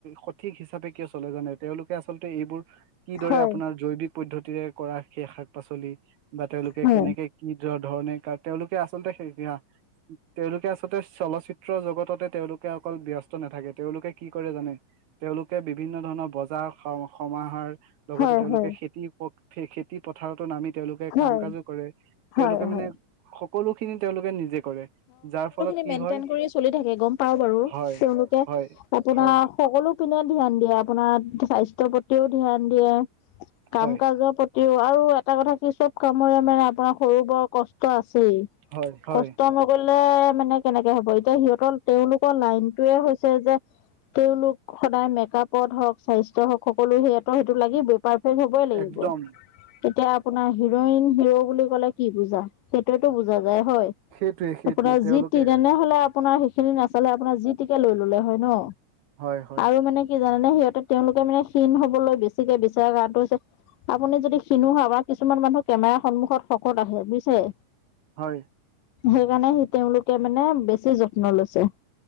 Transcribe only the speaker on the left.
হয়
হয়
হয়
হয়
হয়
হয়
হয়
মেণ্টেইন
কৰি চলি থাকে গম পাওঁ বাৰু
তেওঁলোকে
আপোনা
সকলো পিনে ধ্যান দিয়ে আপোনাৰ স্বাস্থ্যৰ প্ৰতিও ধ্যান দিয়ে কাম
কাজৰ প্ৰত আৰু এটা কথা কি চব কামৰে মানে আপোনাৰ সৰু বৰ কষ্ট আছেই।
কষ্ট নকৰিলে মানে কেনেকে হ'ব এতিয়া সিহঁতৰ তেওঁলোকৰ লাইনটোয়ে হৈছে যে তেওঁলোক সদায় মেকআপত হওঁক স্বাস্থ্য হওঁক সকলো সিহঁতক সেইটো লাগিবই। পাৰফেক্ট হবই লাগিব
তেতিয়া, আপোনাৰ হিৰইন হিৰো বুলি ক'লে কি বুজা সেইটোয়তো বুজা যায় হয়।
আপোনাৰ
যি তেনেহলে আপোনাৰ খিনি নাচালে আপোনাৰ যি টিকে লৈ ললে হয় ন
আৰু মানে কি জানোনে সিহঁতে, তেওঁলোকে মানে কীণ হবলৈ বেছিকে বিচাৰ কৰাটো হৈছে। আপুনি যদি শিনো বা কিছুমান মানুহ কেমেৰাৰ সন্মুখত শকত আহে বুজিছে।
সেইকাৰণে সি তেওঁলোকে মানে বেছি যত্ন লৈছে।